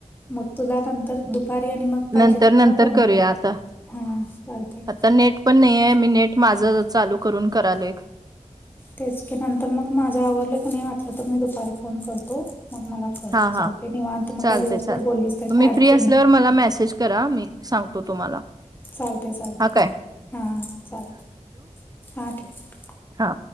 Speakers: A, on the left (about 15°); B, on the right (about 30°).
A: मग तुला नंतर दुपारी आणि मग पाहिजे
B: नंतर
A: तर
B: नंतर
A: मला फोन
B: करूया
A: कर
B: आता
A: हा चालते
B: आता नेट पण नाहीे मी नेट माझं चालू करून करालो एक
A: तेच की नंतर मग माझ्या आवडलं क नाही वाटलं तर मी दुपारी फोन करतो मग मला कर.
B: हा हा
A: चालतंय निवांत मग
B: चालते
A: काय दिवसभर
B: चाल तुम्ही
A: बोललीस तर काय अडचण
B: फ्री असल्यावर
A: नाही.
B: मला मेसेज करा मी सांगतो तुम्हाला
A: चालतय चालत
B: हा काय
A: हा चालत हा ठेव
B: हा